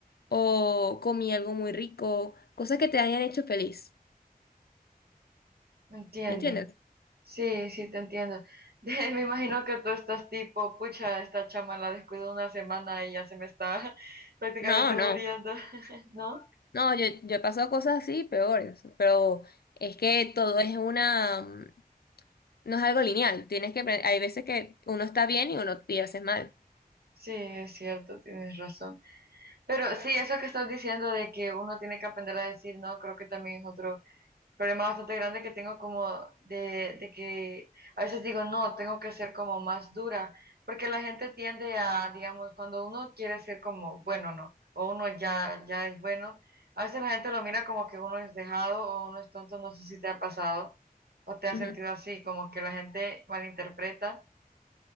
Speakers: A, on the left (about 80°); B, on the right (about 85°).
A: o comí algo muy rico, cosas que te hayan hecho feliz,
B: Entiendo.
A: ¿me entiendes?
B: Sí, sí, te entiendo. <laughs> De- me imagino que tú estás tipo, pucha, esta chama la descuido una semana y ya se me está <laughs> prácticamente
A: No, no,
B: muriendo, <laughs> ¿no?
A: no, yo, yo he pasado cosas así peores, pero es que todo es una, mm, no es algo lineal, tienes que aprender, hay veces que uno está bien y uno y a veces mal.
B: Sí, es cierto, tienes razón. Pero sí, eso que estás diciendo de que uno tiene que aprender a decir no, creo que también es otro problema bastante grande que tengo como de, de que a veces digo no, tengo que ser como más dura, porque la gente tiende a, digamos, cuando uno quiere ser como bueno, no, o uno ya, ya es bueno, a veces la gente lo mira como que uno es dejado o uno es tonto, no sé si te ha pasado o te has
A: Ujú,
B: sentido así, como que la gente malinterpreta